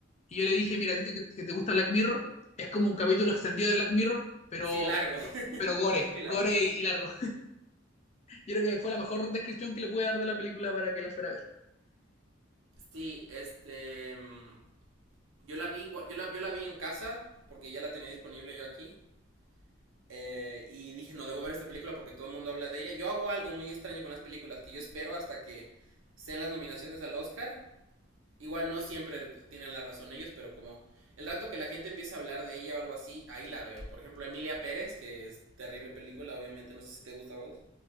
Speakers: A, on the left (about 35°); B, on the right (about 80°).
A: Y yo le dije, mira, a ti te- que te gusta Black Mirror, es como un capítulo extendido de Black Mirror, pero,
B: Sí, largo. <laughs>
A: pero gore,
B: Muy largo.
A: gore y, y largo. <laughs> Yo creo que fue la mejor descripción que le pude dar de la película para que la fuera a ver.
B: Sí, este... mm, Yo la vi, yo la, yo la vi en casa porque ya la tenía disponible yo aquí. Eh, y dije, no debo ver esta película porque todo el mundo habla de ella. Yo hago algo muy extraño con las películas, que yo espero hasta que sean las nominaciones al Oscar. Igual no siempre tienen la razón ellos, pero como el rato que la gente empiece a hablar de ella o algo así, ahí la veo. Por ejemplo, Emilia Pérez, que es terrible película, obviamente, no sé si te gusta a vos.